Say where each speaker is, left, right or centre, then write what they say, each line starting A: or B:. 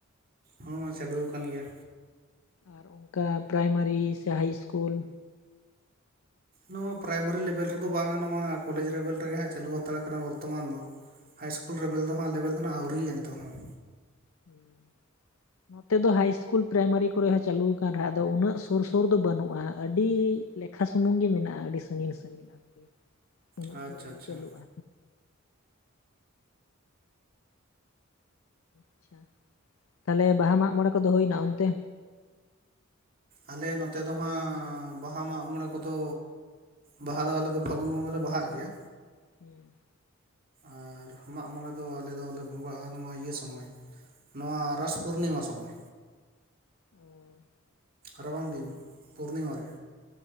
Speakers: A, on the right; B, on the left.
A: ᱦᱚᱸ ᱪᱟᱹᱞᱩ ᱠᱟᱱ ᱜᱮᱭᱟ᱾
B: ᱟᱨ ᱚᱱᱠᱟ ᱯᱨᱟᱭᱢᱟᱨᱤ ᱥᱮ ᱦᱟᱭ ᱤᱥᱠᱩᱞᱼᱼ
A: ᱱᱚᱣᱟ ᱯᱨᱟᱭᱢᱟᱢᱨᱤ ᱞᱮᱵᱮᱞ ᱨᱮᱫᱚ ᱵᱟᱝᱟ, ᱱᱚᱣᱟ ᱠᱚᱞᱮᱡᱽ ᱞᱮᱵᱮᱞ ᱨᱮᱜᱮ ᱦᱟᱸᱜ ᱪᱟᱹᱞᱩ ᱦᱟᱛᱟᱲ ᱠᱟᱱᱟ ᱵᱚᱨᱛᱚᱢᱟᱱ ᱫᱚ᱾ ᱦᱟᱭ ᱤᱥᱠᱩᱞ ᱨᱮᱵᱮᱞ ᱫᱚ ᱦᱟᱸᱜ ᱞᱮᱵᱮᱞ ᱫᱚ ᱱᱟᱦᱟᱸᱜ ᱟᱹᱣᱨᱤᱭᱟᱜᱼᱟ ᱱᱤᱛᱚᱜ ᱦᱚᱸ᱾
B: ᱦᱩᱸ, ᱱᱚᱛᱼᱼ ᱛᱮ ᱫᱚ ᱦᱟᱭ ᱤᱥᱠᱩᱞ ᱯᱨᱟᱭᱢᱟᱨᱤ ᱠᱚᱨᱮ ᱦᱚᱸ ᱪᱟᱹᱞᱩ ᱟᱠᱟᱱ ᱨᱮᱦᱚᱸ ᱟᱫᱚ ᱩᱱᱟᱹᱜ ᱥᱩᱨ ᱥᱩᱨ ᱫᱚ ᱵᱟᱹᱱᱩᱜ-ᱟ ᱟᱹᱰᱤᱼᱼ ᱞᱮᱠᱷᱟ ᱥᱩᱢᱩᱝ ᱜᱮ ᱢᱮᱱᱟᱜ ᱟᱹᱰᱤ ᱥᱟᱜᱤᱧ ᱥᱟᱜᱤᱧ ᱟᱨᱠᱤ, ᱩᱱᱟᱹᱜ
A: ᱟᱪᱪᱷᱟ
B: ᱫᱚ ᱟᱹᱣᱨᱤ
A: ᱟᱪᱪᱷᱟ
B: ᱪᱟᱞᱩᱜᱼᱟ᱾ ᱟᱪᱪᱷᱟ ᱛᱟᱦᱚᱞᱮ ᱵᱟᱦᱟ ᱢᱟᱜ ᱢᱚᱬᱮ ᱠᱚᱫᱚ ᱦᱩᱭ ᱱᱟ ᱚᱱᱛᱮ?
A: ᱟᱞᱮ ᱱᱚᱛᱮ ᱫᱚ ᱦᱟᱸᱜ ᱵᱟᱦᱟ ᱢᱟᱜ ᱢᱚᱬᱮ ᱠᱚᱫᱚᱼᱼ ᱵᱟᱦᱟ ᱫᱚ ᱟᱞᱮ ᱫᱚ ᱯᱷᱟᱹᱜᱩᱱ ᱵᱚᱸᱜᱟ ᱞᱮ ᱵᱟᱦᱟᱜ ᱜᱮᱭᱟ᱾
B: ᱦᱩᱸ᱾
A: ᱟᱨ ᱢᱟᱜᱢᱚᱬᱮ ᱫᱚ ᱟᱞᱮ ᱫᱚᱞᱮ ᱵᱚᱸᱜᱟᱜᱼᱟ ᱱᱚᱣᱟ ᱤᱭᱟᱹ ᱥᱚᱢᱚᱭ ᱱᱚᱣᱟ ᱨᱟᱥ ᱯᱩᱨᱱᱤᱢᱟ ᱥᱚᱢᱚᱭ᱾
B: ᱚ
A: ᱨᱟᱵᱟᱝ ᱫᱤᱱ ᱯᱩᱨᱱᱤᱢᱟ ᱨᱮ᱾